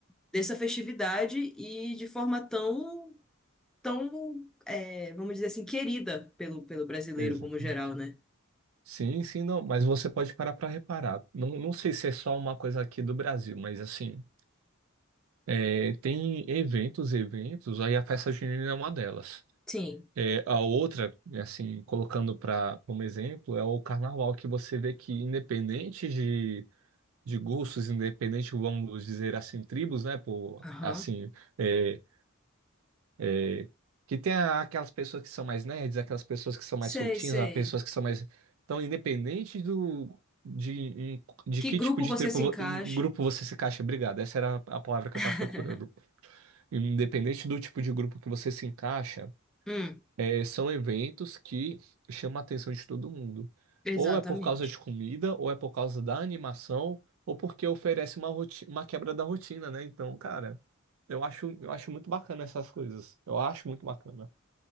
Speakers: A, in the centre; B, on the right.
A: dessa festividade e de forma tão, tão, é, vamos dizer assim, querida pelo, pelo brasileiro
B: exatamente.
A: como geral, né?
B: Sim, sim, não, mas você pode parar para reparar. Não, não sei se é só uma coisa aqui do Brasil, mas assim, é, tem eventos, eventos, aí a festa junina é uma delas.
A: Sim.
B: É, a outra, assim, colocando para como exemplo, é o carnaval, que você vê que, independente de, de gostos, independente, vamos dizer assim, tribos, né? Por,
A: Aham.
B: assim, é, é, que tem a- aquelas pessoas que são mais nerds, aquelas pessoas que são
A: Sei,
B: mais soltinhas,
A: sei.
B: as pessoas que são mais. Então, independente do. De, em- de
A: Que
B: que
A: grupo
B: tipo de
A: você
B: tribo,
A: se
B: vo-
A: encaixe?
B: grupo você se encaixa? Obrigado, essa era a a palavra que
A: <laughs>
B: eu estava procurando. Independente do tipo de grupo que você se encaixa.
A: Hum,
B: É, são eventos que chamam a atenção de todo mundo.
A: exatamente.
B: Ou é por causa de comida, ou é por causa da animação, ou porque oferece uma, roti- uma quebra da rotina, né? Então, cara, eu acho, eu acho muito bacana essas coisas. Eu acho muito bacana.